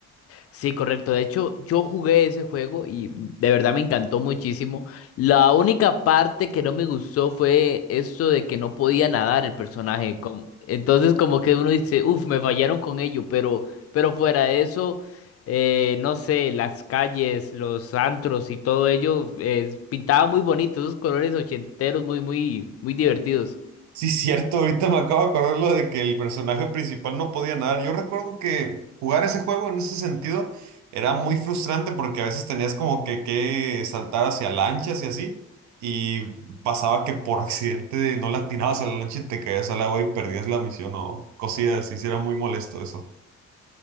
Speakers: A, on the left; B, on the right.
A: Sí, correcto. De hecho, yo jugué ese juego y de verdad me encantó muchísimo. La única parte que no me gustó fue eso de que no podía nadar el personaje. com- Entonces, como que uno dice, uff, me fallaron con ello, pero, pero fuera de eso, eh, no sé, las calles, los antros y todo ello, eh, pintaba muy bonito, esos colores ochenteros muy, muy, muy divertidos.
B: Sí, cierto, ahorita me acabo de acordar lo de que el personaje principal no podía nadar. Yo recuerdo que jugar ese juego en ese sentido era muy frustrante porque a veces tenías como que, que saltar hacia lanchas y así, y pasaba que por <laughs> accidente no le atinabas a la lancha y te caías al agua y perdías la misión o cosillas así, sí era muy molesto eso.